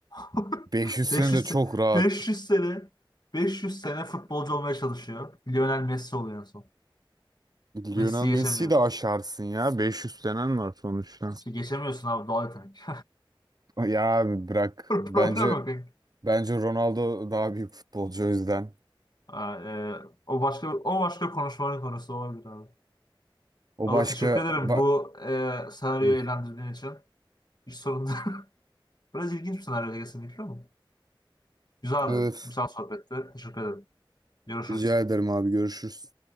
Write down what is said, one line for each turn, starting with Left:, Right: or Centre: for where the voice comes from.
Left: <laughs>
Right: 500 sene
Left: 500
Right: de çok
Left: se-
Right: rahat.
Left: 500 sene 500 sene futbolcu olmaya çalışıyor. Lionel Messi oluyor en son.
Right: Lionel
Left: Messi'yi
Right: Messi'yi
Left: geçemiyor.
Right: de aşarsın ya. 500 senen var sonuçta.
Left: İşte geçemiyorsun abi doğal yetenek.
Right: Ya abi bırak.
Left: <laughs> Problem
Right: Bence
Left: yok. kanka.
Right: bence Ronaldo daha büyük futbolcu o yüzden.
Left: Ha, e, o başka o başka konuşmanın konusu olabilir abi.
Right: O
Left: Allah
Right: başka
Left: teşekkür ederim
Right: ba-
Left: bu e, senaryoyu
Right: Hı.
Left: eğlendirdiğin için. Hiç sorun değil. <laughs> Biraz ilginç bir senaryoydu kesinlikle ama. Güzeldi.
Right: Evet.
Left: Güzel sohbetti. Teşekkür ederim. Görüşürüz.
Right: Rica ederim abi görüşürüz.